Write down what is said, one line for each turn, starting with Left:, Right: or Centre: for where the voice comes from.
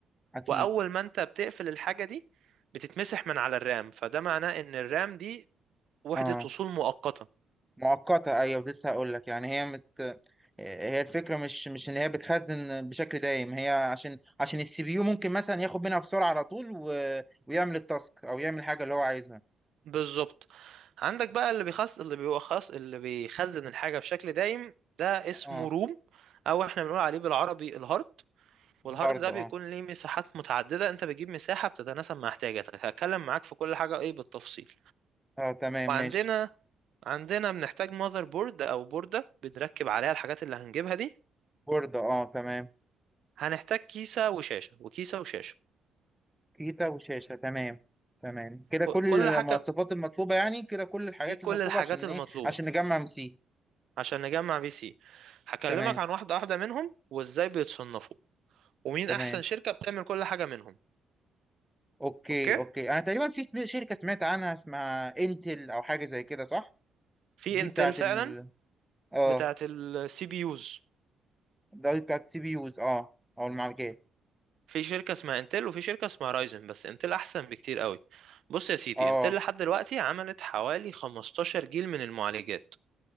Centre: اكيد
Right: واول ما انت بتقفل الحاجه دي بتتمسح من على الرام فده معناه ان الرام دي وحده
Centre: اه
Right: وصول مؤقته
Centre: مؤقتة ايوه لسه هقول لك يعني هي مت... آه، هي الفكرة مش مش ان هي بتخزن بشكل دايم هي عشان عشان السي بي يو ممكن مثلا ياخد منها بسرعة على طول و... ويعمل التاسك او يعمل حاجة اللي هو عايزها
Right: بالظبط عندك بقى اللي بيخص اللي بيخص اللي بيخزن الحاجه بشكل دايم ده اسمه
Centre: اه
Right: روم او احنا بنقول عليه بالعربي الهارد والهارد
Centre: الهارد
Right: ده
Centre: اه
Right: بيكون ليه مساحات متعدده انت بتجيب مساحه بتتناسب مع احتياجاتك هتكلم معاك في كل حاجه ايه بالتفصيل
Centre: اه تمام
Right: وعندنا
Centre: ماشي
Right: عندنا بنحتاج ماذر بورد او بوردة بنركب عليها الحاجات اللي هنجيبها دي
Centre: بورد اه تمام
Right: هنحتاج كيسة وشاشة وكيسة وشاشة
Centre: كيسة وشاشة تمام تمام كده
Right: ك-
Centre: كل
Right: كل
Centre: المواصفات
Right: حاجة
Centre: المطلوبة يعني كده كل الحاجات
Right: دي كل
Centre: المطلوبة
Right: الحاجات
Centre: عشان
Right: المطلوبة
Centre: ايه عشان نجمع مسي
Right: عشان نجمع بي سي هكلمك
Centre: تمام
Right: عن واحدة واحدة منهم وازاي بيتصنفوا ومين
Centre: تمام
Right: احسن شركة بتعمل كل حاجة منهم
Centre: اوكي
Right: اوكي
Centre: اوكي انا تقريبا في سم- شركة سمعت عنها اسمها انتل او حاجة زي كده صح
Right: في
Centre: دي
Right: انتل
Centre: بتاعت
Right: فعلا
Centre: ال اه
Right: بتاعت السي بي يوز
Centre: ده دي بتاعت السي بي يوز اه او المعالجات
Right: في شركة اسمها انتل وفي شركة اسمها رايزن بس انتل احسن بكتير قوي بص يا سيدي
Centre: اه
Right: انتل لحد دلوقتي عملت حوالي 15 جيل من المعالجات